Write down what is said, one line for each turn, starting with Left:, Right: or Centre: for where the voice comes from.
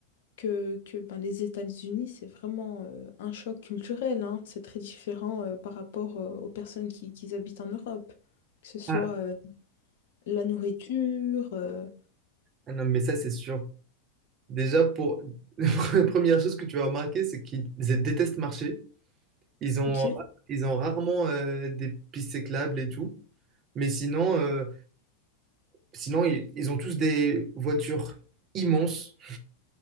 Left: que, que ben, les États-Unis, c'est vraiment euh, un choc culturel, hein. C'est très différent euh, par rapport euh, aux personnes qui, qui habitent en Europe, que ce soit
Right: Ah.
Left: euh, la nourriture. euh,
Right: Ah non, mais ça, c'est sûr. Déjà, pour <laughs> la première chose que tu vas remarquer, c'est qu'ils détestent marcher. Ils ont,
Left: Ok.
Right: ils ont rarement euh, des pistes cyclables et tout. Mais sinon, euh, sinon ils, ils ont tous des voitures immenses.